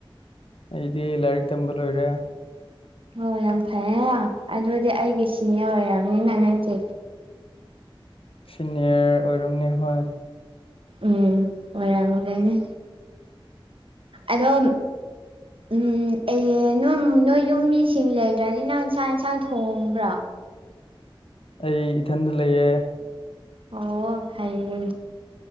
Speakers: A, on the left; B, on the right.
A: ꯑꯩꯗꯤ ꯂꯥꯏꯔꯤꯛ ꯇꯝꯕ ꯂꯣꯏꯔꯦ
B: ꯑꯣ ꯌꯥꯝ ꯐꯩꯔꯦ ꯑꯗꯨꯗꯤ ꯑꯩꯒꯤ ꯁꯤꯅꯤꯌꯔ ꯑꯣꯏꯔꯕꯅꯤꯅ ꯅꯪꯁꯦ
A: ꯁꯤꯅꯤꯌꯔ ꯑꯣꯏꯔꯝꯅꯤ ꯍꯣꯏ
B: ꯎꯝ ꯑꯣꯏꯔꯝꯒꯅꯤ ꯑꯗꯣ ꯎꯝ ꯅꯣꯏ ꯅꯣꯏ ꯌꯨꯝ ꯃꯤꯁꯤꯡ ꯂꯩ ꯂꯩꯇꯔꯗꯤ ꯅꯪ ꯆꯥꯛ ꯌꯦꯟꯁꯥꯡ ꯊꯣꯡꯕ꯭ꯔꯣ
A: ꯑꯩ ꯏꯊꯟꯗ ꯂꯩꯌꯦ
B: ꯑꯣ ꯍꯩꯌꯦ